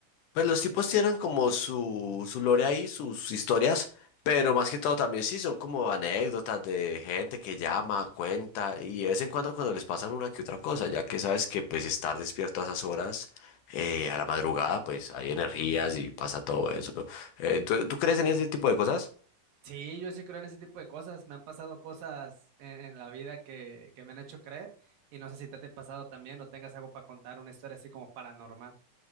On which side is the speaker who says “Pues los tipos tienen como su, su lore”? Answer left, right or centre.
Left